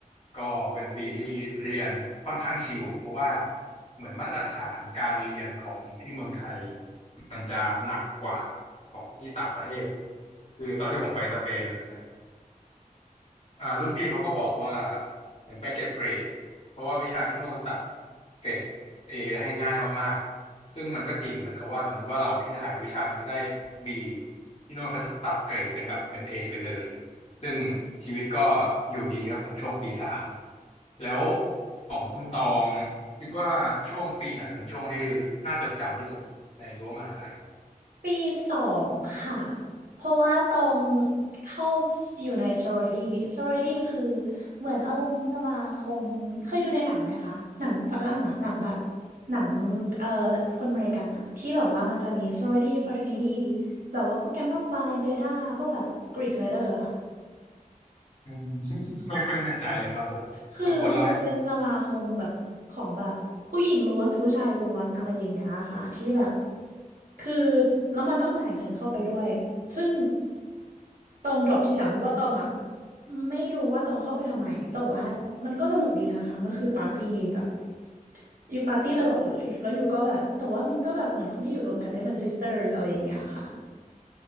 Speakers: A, on the left; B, on the right.
A: ก็เป็นปีที่เรียนค่อนข้างชิลเพราะว่าเหมือนมาตรฐานการเรียนของที่เมืองไทย มันจะหนักกว่าของที่ต่างประเทศ คือตอนที่ผมไปสเปนอย่างเงี้ยอ่ารุ่นพี่เขาก็บอกว่าเหมือนไปเก็บเกรดเพราะว่าวิชาที่โน่นตัดเกรดเอให้ง่ายมากๆ ซึ่งมันก็จริงเหมือนกับว่าสมมุติว่าเราที่ไทยวิชานี้ได้บีที่โน่นเขาจะตัดเกรดเป็นแบบเป็นเอไปเลย ซึ่งชีวิตก็อยู่ดีครับผมช่วงปีสามแล้วของคุณตองคิดว่าช่วงปีไหนเป็นช่วงที่น่าจดจำที่สุดในรั้วมหาลัยครับ
B: ปีสองค่ะเพราะว่าตองเข้าอยู่ในซอโร r ดี้ซอโร r ดี้คือเหมือนอารมณ์สมาคมเคยดูในหนังไหมคะหนังฝรั่งอะหนังแบบหนังเอ่อคนอเมริกันอะที่แบบว่ามันจะมีซอโร r ดี้ฟรา t e r n i t แบบว่าพวกแกมมาไพเบต้าพวกแบบกรีกไรเดอร์ค่ะ
A: อืม <laughs> ไม่ค่อยแน่ใจเลยครับผมรบกวนเล่าให้
B: คือมันจะเป็นสมาคมแบบของแบบผู้หญิงล้วนหรือผู้ชายล้วนอะไรอย่างเงี้ยค่ะที่แบบ คือแล้วมันต้องจ่ายเงินเข้าไปด้วย ซึ่งตองดรอปทีหลังเพราะว่าตองอ่ะไม่รู้ว่าตองเข้าไปทำไม แต่ว่ามันก็สนุกดีนะคะ มันคือปาร์ตี้แบบอยู่ปาร์ตี้ตลอดเลยแล้วอยู่ก็แบบแต่ว่ามันก็แบบเหมือนคนที่อยู่รวมกันได้เป็น sisters อะไรอย่างเงี้ยค่ะ